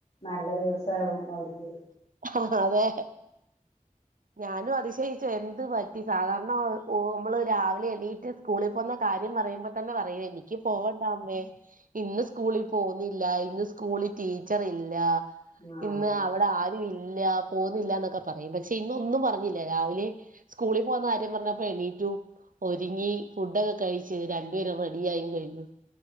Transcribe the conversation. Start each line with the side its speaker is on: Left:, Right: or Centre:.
Left: നല്ല ദിവസാവും അവര്ക്ക്.
Right: ആ അതെ ഞാനും അതിശയിച്ചു. എന്ത് പറ്റി സാധാരണ ഒ ഒ നമ്മള് രാവിലെ എണീറ്റ്. സ്കൂളിൽ പോകുന്ന കാര്യം പറയുമ്പ തന്നെ പറയും. എനിക്ക് പോകണ്ടാമ്മെ! ഇന്ന് സ്കൂളിൽ പോവുന്നില്ല. ഇന്ന് സ്കൂളിൽ ടീച്ചർ ഇല്ല.
Left: ആഹ്
Right: ഇന്ന് അവടെ! ആരും ഇല്ല. പോവുന്നില്ലാന്നൊക്കെ പറയും. പക്ഷെ ഇന്നൊന്നും പറഞ്ഞില്ല. രാവിലെ! സ്കൂളിൽ പോകുന്ന കാര്യം പറഞ്ഞപ്പോ എണീറ്റു. ഒരുങ്ങി ഫുഡൊക്കെ കഴിച്ച്. രണ്ടുപേരും റെഡിയായി കഴിഞ്ഞു.